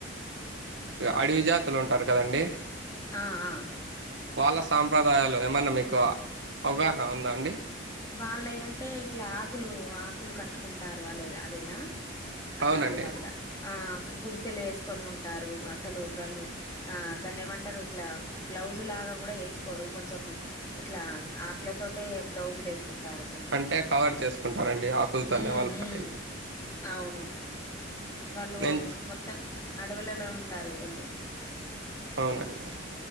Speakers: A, on the right; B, on the left.
A: అడివి జాతులు ఉంటారు కదండి
B: ఆ ఆ
A: వాళ్ళ సాంప్రదాయాలు ఏమైన్నా మీకు అవగాహన ఉందా అండి
B: వాళ్ళుయ్ అంటే ఇట్లా ఆకులు ఆకులు కట్టుకుంటారు వాళ్ళ అదేనా అలాంటి
A: అవునండి
B: వల్ల ఆ గుడిసెలేసుకొని ఉంటారు అసలు వాళ్ళు ఆ దాన్ని ఏమంటారు ఇట్లా బ్లౌజ్ లాగా ఏసుకోరు కొంచం ఇట్లా ఆకులతోటే బ్లౌజ్ ంటారు వాళ్ళు
A: అంటే కవర్ చేసుకుంటారండి ఆకులతోనే
B: మ్
A: వాళ్ళ
B: మ్
A: బాడీని
B: అవును వాళ్ళు
A: నేను
B: మొత్తం అడవులలో ఉంటారు వాళ్ళు
A: అవునండి